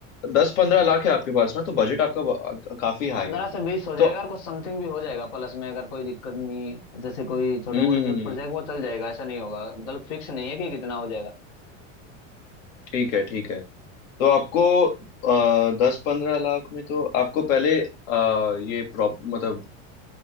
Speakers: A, on the left; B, on the left.
A: दस पंद्रह लाख है आपके पास ना तो बजट आपका ब- काफी हाई
B: पंद्रह
A: है
B: से बीस हो जाएगा
A: तो
B: और कुछ समथिंग भी हो जाएगा प्लस में अगर कोई दिक्कत नहीं जैसे कोई छोटी
A: हम्म
B: मोटी जरूरत पड़ जाएगी वो चल जाएगा ऐसा नहीं होगा मतलब फिक्स नहीं है कि कितना हो जाएगा
A: ठीक है ठीक है तो आपको आ, दस पंद्रह लाख में तो आपको पहले अ, ये प्रॉप मतलब